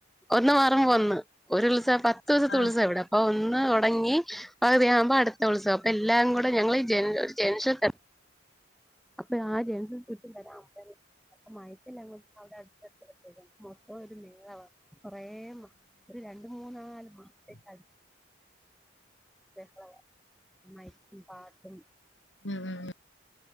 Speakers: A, in the centre; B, on the left (about 75°).
A: ഒന്ന് മാറുമ്പൊന്ന് ഒരു ഉത്സവ പത്ത് ദിവസത്തെ
B: ആഹ്
A: ഉത്സവാ ഇവിടെ അപ്പൊ ഒന്ന് തൊടങ്ങി പകുതിയാവുമ്പൊ അടുത്ത ഉത്സവം അപ്പൊ എല്ലാം കൂടെ ഞങ്ങള് ഈ ജെൻ ജെൻഷ് അപ്പൊയാ ജെൻസും <unintelligible> വരാം <unintelligible> അപ്പ മയത്തിലങ്ങും അവടെ <unintelligible> അട്ത്ത് സെമിത്തേരി ആണ് മൊത്തം ഒരു മേളവാ കൊറേ ഉം വാ ഒരു രണ്ട് മൂന്നാല് മാസത്തേക്ക്
B: ഉ
A: ബെഹളവാ ആ മൈക്കിം പാട്ടും
B: ഉം ഉം ഉം